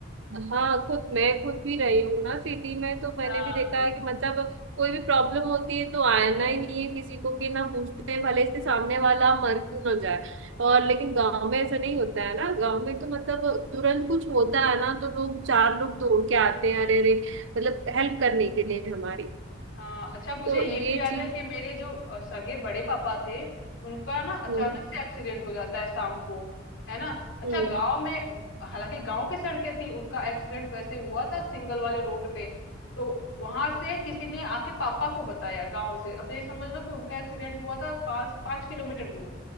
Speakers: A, on the right; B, on the left.
A: हाँ खुद मैं खुद भी रही हूँ ना सिटी में तो मैंने
B: हाँ
A: भी देखा
B: हाँ।
A: है कि मतलब कोई भी प्रॉब्लम होती है तो आना ही नहीं है किसी को कि ना पूछते हैं भले से सामने वाला मर क्यों ना जाए और लेकिन गांव में ऐसा नहीं होता है ना गांव में तो मतलब तुरंत कुछ होता है ना तो लोग चार लोग दौड़ के आते हैं अरे अरे मतलब हेल्प करने के लिए हमारी
B: हाँ अच्छा मुझे
A: तो
B: ये
A: ये
B: भी याद
A: चीज
B: है कि मेरे जो अ, सगे बड़े पापा थे उनका ना अचानक
A: हम्म
B: से एक्सीडेंट हो जाता है शाम को है ना अच्छा
A: हम्म
B: गांव में हालांकि गांव की सड़कें थी उनका एक्सीडेंट वैसे हुआ था सिंगल वाले रोड पे तो वहां से किसी ने आके पापा को बताया गांव से अब ये समझ लो कि उनका एक्सीडेंट हुआ था पांच पांच किलोमीटर दूर